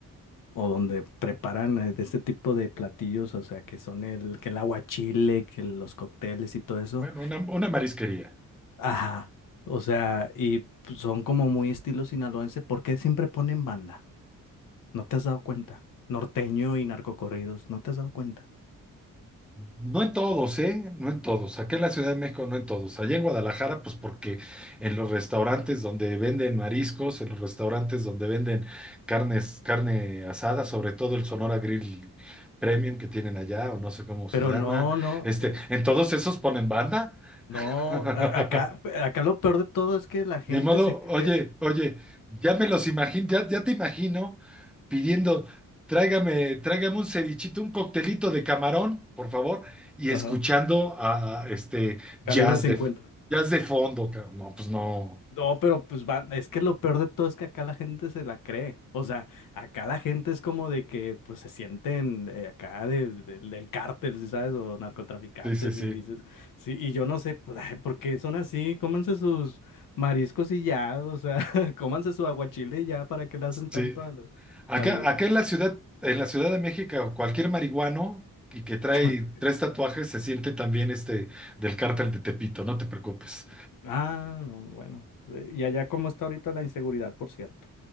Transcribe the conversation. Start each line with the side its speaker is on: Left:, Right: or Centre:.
Left: o donde preparan eh, de este tipo de platillos, o sea, que son el, que el aguachile, que los cócteles y todo eso?
Centre: Bueno, una, una marisquería.
Left: Ajá, o sea, y son como muy estilo sinaloense, ¿por qué siempre ponen banda? No te has dado cuenta. Norteño y narcocorridos, no te has dado cuenta.
Centre: No en todos, ¿eh? No en todos. Aquí en la Ciudad de México no en todos. Allá en Guadalajara, pues porque en los restaurantes donde venden mariscos, en los restaurantes donde venden carnes, carne asada, sobre todo el Sonora Grill Premium que tienen allá, o no sé cómo
Left: Pero
Centre: se llama,
Left: no, no,
Centre: este,
Left: eh,
Centre: en todos esos ponen banda.
Left: no.
Centre: <laughs>
Left: a- Acá, acá lo peor de todo es que la gente
Centre: Ni modo,
Left: se cree.
Centre: oye, oye, ya me los imagino, ya, ya te imagino pidiendo, tráigame, tráigame un cevichito, un coctelito de camarón, por favor, y
Left: Ajá.
Centre: escuchando a, a, este
Left: Calibre
Centre: jazz
Left: 50.
Centre: de, jazz de fondo, cabrón. No, pues no.
Left: No, pero pues van, es que lo peor de todo es que acá la gente se la cree. O sea, acá la gente es como de que pues se sienten eh, acá de- de- del cártel, ¿sí sabes? O narcotraficantes
Centre: Sí, sí, sí.
Left: y dices, sí, y yo no sé, pues, ay, ¿por qué son así? Cómanse sus mariscos y ya, o sea, <laughs> cómanse su aguachile y ya, ¿para qué le hacen tanto
Centre: Sí.
Left: al,
Centre: Acá,
Left: al...
Centre: acá en la ciudad, en la Ciudad de México, cualquier marihuano y que trae
Left: <laughs>
Centre: tres tatuajes se siente también este del cártel de Tepito, no te preocupes.
Left: Ah, no, bueno. Eh, Y allá cómo está ahorita la inseguridad, por cierto.